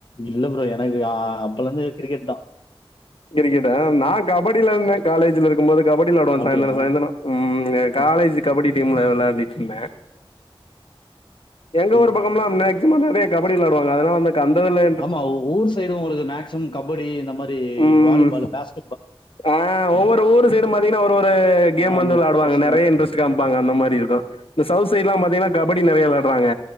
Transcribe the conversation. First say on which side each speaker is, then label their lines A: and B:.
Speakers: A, on the left; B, on the left.
A: இல்ல ப்ரோ எனக்கு ஆ அப்பலந்து கிரிக்கெட்தா
B: கிரிக்கெட்டா நா கபடில இருந்த காலேஜ்ல இருக்கும்போது கபடி வெளாடுவன்
A: அப்படியா?
B: சாய்ந்ரோ சாய்ந்ரோ ம்
A: ம்,
B: காலேஜ் கபடி டீம்ல வெளாடிட்டு இருந்த எங்க
A: ம்.
B: ஒரு பக்கோமெல்லா மேக்சிமம் நெறையா கபடி வெளாடுவாங்க அதுனால வந்து அந்த இதுல
A: ஆமா ஊர் சைடு உங்ளுக்கு மேக்சிமம் கபடி இந்த மாரி
B: ம்,
A: வாலிபால் பேஸ்
B: ஆ ஒவ்வொரு ஊரு சைடும் பாத்தீங்னா ஒரு ஒரு கேம்
A: ஆமா.
B: வந்து வெளாடுவாங்க
A: ஸ்பெஷலா
B: நெறையா இன்ட்ரெஸ்ட் காம்பாங்க அந்த மாரி இருக்கு இந்த சவுத் சைடெல்லா பாத்தீங்னா கபடி நெறையா வெளாடுறாங்க